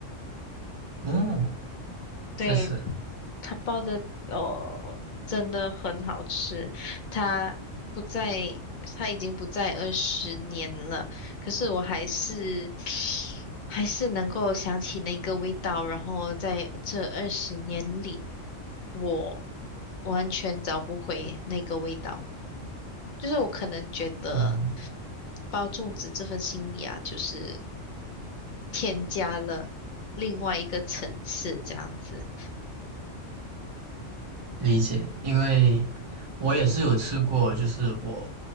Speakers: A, on the right (about 30°); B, on the left (about 45°).
A: 嗯，
B: 对，
A: 确实，
B: 它包的哦，真的很好吃。它不在，它已经不在二十年了，可是我还是 <sucks teeth> 还是能够想起那个味道。然后在这二十年里，我完全找不回那个味道。就是我可能觉得
A: 嗯，
B: 包粽子这份心意啊，就是添加了另外一个层次这样子。
A: 理解，因为我也是有吃过，就是我